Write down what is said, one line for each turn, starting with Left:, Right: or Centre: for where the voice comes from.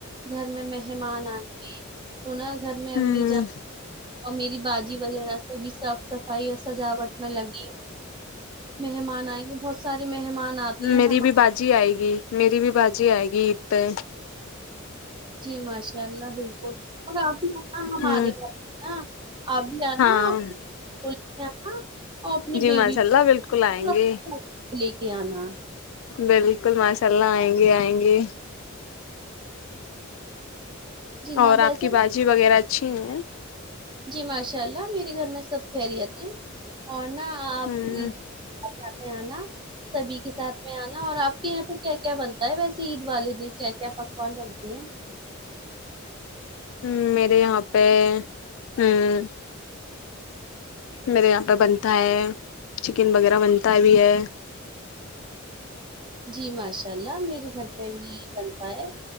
Right: گھر میں مہمان آنے سنا گھر میں
Left: ہ
Right: امی جان اور میری باجی وغیرہ سے بھی صاف صفائی اور سجاوٹ میں لگی مہمان آئیں گے بہت سارے مہمان آتے ہیں
Left: میری
Right: ہم
Left: بھی باجی آئے گی میری بھی باجی بھی آئے گی عید پے
Right: جی ماشاء اللہ بالکل اور اب بھی ہمارے
Left: ہ
Right: گھر پے نا ابھی آنا
Left: ہاں
Right: آپ کو لے کے آنا اور اپنی
Left: جی
Right: بیبی
Left: ماشاء اللہ بالکل
Right: کو
Left: آئیں
Right: اور اپنے
Left: گے
Right: بھائی کو لے کے آنا
Left: بالکل ماشاء اللہ آئیں گے آئیں گے
Right: جی ہاں
Left: اور
Right: ویسے
Left: آپ کی باجی وغیرہ اچھی ہیں
Right: جی ماشاء اللہ میرے گھر میں سب خیریت ہیں اور نہ آپ
Left: ہ
Right: یے ارو یہا پے آنا سبھی کے ساتھ میں آنا اور آپ کے یہاں پر کیا کیا بنتا ہے ویسے عید والے دن کیا کیا پکوان بنتے ہیں
Left: ہ میرے یہاں پے ہوں میرے یہاں پہ بنتا ہے چکن وغیرہ بنتا بھی ہے
Right: جی ماشاء اللہ میرے گھر پہ بھی یہ بنتا ہے